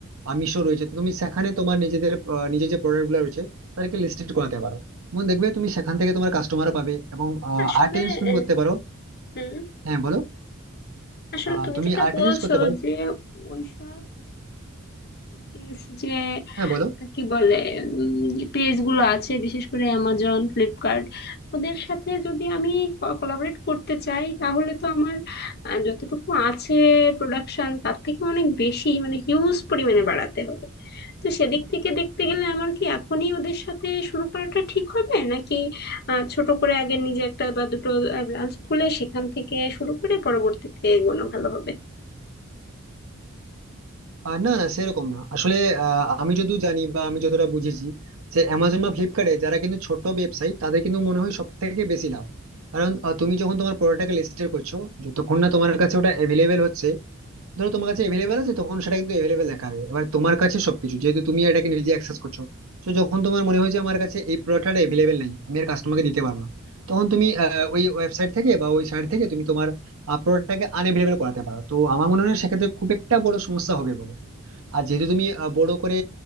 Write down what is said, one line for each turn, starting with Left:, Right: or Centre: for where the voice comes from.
Right: আহ, মিশো রয়েছে তো তুমি সেখানে তোমার নিজেদের আহ, নিজের যে প্রোডাক্ট গুলো রয়েছে তাদেরকে লিস্টেড করাতে পারো এবং দেখবে তুমি সেখান থেকে তোমার কাস্টমারও পাবে এবং
Left: আসলে
Right: আরেকটা জিনিস তুমি
Left: আহ,
Right: করতে পারো
Left: হুম
Right: হ্যাঁ বলো
Left: আসলে
Right: আহ
Left: তুমি
Right: তুমি
Left: যেটা
Right: আরেকটা
Left: বলছো
Right: জিনিস করতে পারো
Left: যে ওইসব বেশ যে
Right: হ্যাঁ বলো
Left: কি বলে পেজ গুলো আছে বিশেষ করে অ্যামাজন ফ্লিপকার্ট ওদের সাথে যদি আমি কোলাবরেট করতে চাই তাহলে তো আমার আহ, যতটুকু আছে প্রোডাকশন তার থেকে অনেক বেশি মানে হিউজ পরিমাণে বাড়াতে হবে তো সেদিক থেকে দেখতে গেলে আমার কি এখনই ওদের সাথে শুরু করাটা ঠিক হবে নাকি আহ, ছোট করে আগে নিজে একটা বা দুটো ব্রাঞ্চ খুলে সেখান থেকে শুরু করে পরবর্তীতে এগোনো ভালো হবে
Right: আহ, না না সেরকম না আসলে আহ, আমি যদিও জানি বা আমি যতটা বুঝেছি যে অ্যামাজন বা ফ্লিপকার্টে যারা কিন্তু ছোট ব্যবসায়ী তাদের কিন্তু মনে হয় সব থেকে বেশি লাভ কারণ আহ, তুমি যখন তোমার প্রোডাক্টটাকে লিস্টেড করছো যতক্ষণ না তোমার কাছে ওটা অ্যাভেলেবেল হচ্ছে ধরো তোমার কাছে অ্যাভেলেবেল আছে তখন সেটা কিন্তু অ্যাভেলেবেল দেখাবে এবার তোমার কাছে সবকিছু যেহেতু তুমি এটাকে নিজে অ্যাক্সেস করছো তো যখন তোমার মনে হয় যে আমার কাছে এই প্রোডাক্টটা অ্যাভেলেবেল নেই আমি আর কাস্টমারকে দিতে পারবো না তখন তুমি আহ, ওই ওয়েবসাইট থেকে বা ওই সাইট থেকে তুমি তোমার প্রোডাক্টটাকে আনঅ্যাভেলেবেল করাতে পারো তো আমার মনে হয় সেক্ষেত্রে খুব একটা বড় সমস্যা হবে বলে আর যেহেতু তুমি আহ, বড় করে